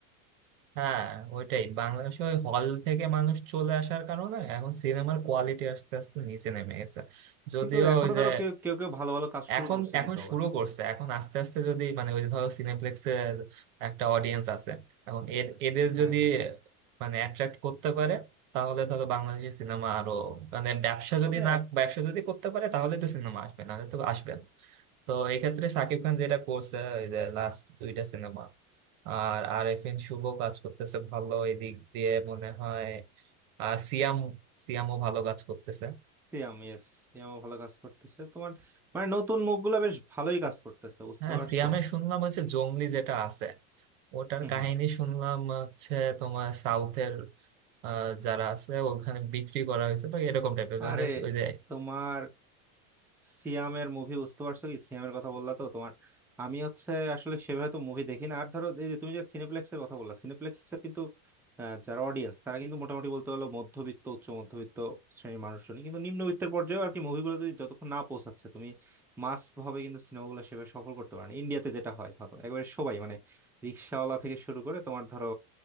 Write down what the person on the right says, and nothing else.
হ্যাঁ ওইটাই বাংলাদেশে ওই হল থেকে মানুষ চলে আসার কারণে এখন সিনেমার কোয়ালিটি আস্তে আস্তে নিচে নেমে গেছে যদিও
ওই যে
এখন
এখন
শুরু করছে এখন আস্তে আস্তে যদি মানে ওই যে ধরো সিনেপ্লেক্সের একটা অডিয়েন্স আছে এখন এর এদের
যদি
মানে অ্যাট্রাক্ট করতে পারে তাহলে ধরো বাংলাদেশি সিনেমা আরো মানে ব্যবসা
যদি না ব্যবসা যদি করতে পারে তাহলে তো সিনেমা আসবে নাহলে তো আসবে না তো এক্ষেত্রে সাকিব খান যেটা করছে ওই যে লাস্ট দুইটা সিনেমা আর আরেফিন শুভ কাজ করতেছে ভালো এদিক দিয়ে মনে হয় আর সিয়াম সিয়ামও ভালো কাজ করতেছে
হ্যাঁ
সিয়ামে শুনলাম হচ্ছে জংলি যেটা আছে ওটার
কাহিনী
শুনলাম হচ্ছে তোমার সাউথের আহ, যারা আছে ওখানে বিক্রি করা হয়েছে বা এরকম টাইপের মানে
ওই যে